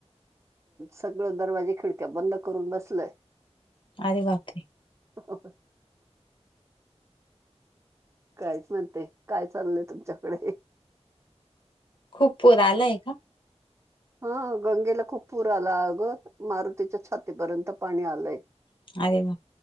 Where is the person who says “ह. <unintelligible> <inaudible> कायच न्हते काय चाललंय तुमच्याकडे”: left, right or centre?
Right